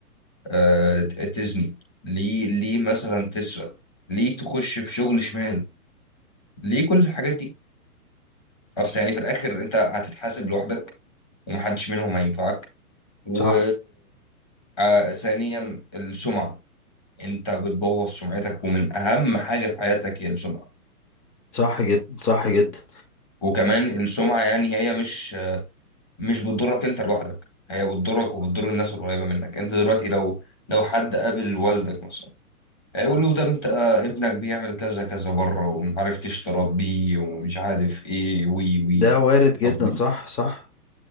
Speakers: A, on the left; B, on the left.
A: آه، تزني ليه ليه مثلا تسرق ليه تخش في شغل شمال ليه كل الحاجات دي اصل يعني في الاخر انت هتتحاسب لوحدك ومحدش منهم هينفعك و...
B: صح
A: آه ثانيا السمعة انت بتبوظ سمعتك ومن اهم حاجة في حياتك هي السمعة
B: صح جدا صح جدا
A: وكمان السمعة يعني هي مش مش بتضرك انت لوحدك هي بتضرك وبتضر الناس القريبة منك انت دلوقتي لو لو حد قابل والدك مثلا هيقول له ده انت ابنك بيعمل كذا كذا بره ومعرفتش تربيه ومش عارف ايه وي وي
B: ده
A: وي
B: وارد جدا
A: طب ليه
B: صح صح